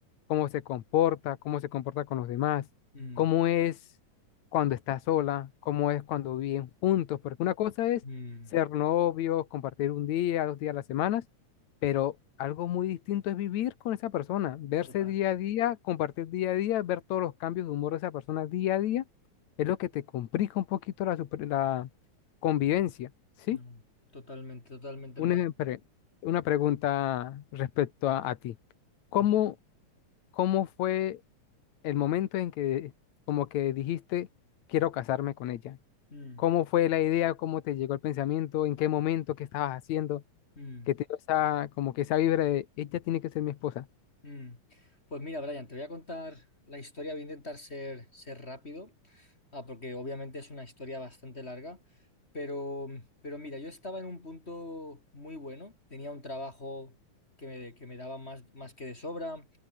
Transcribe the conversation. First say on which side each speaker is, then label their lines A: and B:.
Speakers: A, on the left; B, on the left.
A: cómo se comporta, cómo se comporta con los demás,
B: mm,
A: cómo es cuando está sola, cómo es cuando viven juntos, porque una cosa es
B: mm.
A: ser novios, compartir un día, dos días a la semana pero algo muy distinto es vivir con esa persona, verse
B: Total,
A: día a día, compartir día a día, ver todos los cambios de humor de esa persona día a día, es lo que te complica un poquito la, super- la convivencia, ¿sí?
B: no, totalmente, totalmente,
A: Una,
B: hermano.
A: pre- una pregunta respecto a, a ti. ¿Cómo,
B: Ujú.
A: cómo fue el momento en que como que dijiste, quiero casarme con ella?
B: Mm,
A: ¿Cómo fue la idea? ¿Cómo te llegó el pensamiento? ¿En qué momento? ¿Qué estabas haciendo?
B: mm.
A: Que te dio esa, como que esa vibra de, ella tiene que ser mi esposa.
B: Mm. Pues mira, Brian, te voy a contar la historia. Voy a intentar ser, ser rápido, ah, porque obviamente es una historia bastante larga. Pero, pero mira, yo estaba en un punto muy bueno. Tenía un trabajo que me, que me daba más, más que de sobra.